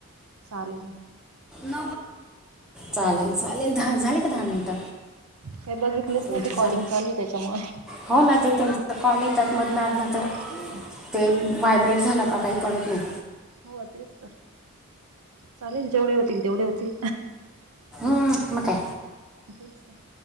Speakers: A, on the right; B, in the centre.
A: चालेलल
B: ल चालेल चालेल दहा झाले का दहा मिनिट
A: काही बघितलेच
B: तु
A: नाही ते कॉलिंग
B: झा
A: चालू आहे त्याच्यामुळे
B: हो ना ते तुमचा कॉल येतात मदनाज तर
A: हा
B: ते व्हायब्रेट झालं का काही कळत नाही
A: हो तेच तर चालेल जेवढे होतील तेवढे होतील
B: हम् मग काय
A: तेच तर